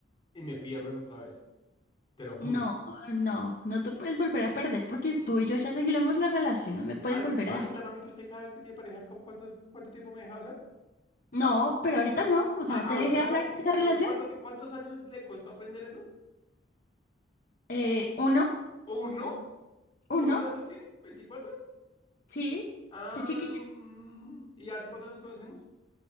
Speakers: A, on the left (about 30°); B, on the left (about 50°).
A: y me pierden otra vez, te lo juro.
B: No, no, no te puedes volver a perder porque tú y yo ya regulamos la relación, no me puedes
A: Ay,
B: volver
A: mamita,
B: a dejar.
A: mamita, usted cada vez que tiene pareja, ¿cu- ¿cuántos, cuánto tiempo me deja hablar?
B: No, pero ahorita no, o sea,
A: Ah,
B: te
A: ahorita
B: dejé hablar
A: no.
B: de esa relación.
A: ¿Cuánto, cuánto, ti- cuántos años le costó aprender eso?
B: Eh, uno,
A: ¿O no?
B: uno,
A: ¿Cuántos años tiene? 24.
B: sí,
A: Ah,
B: estoy chiquita.
A: mm, ¿y hace cuánto nos conocemos?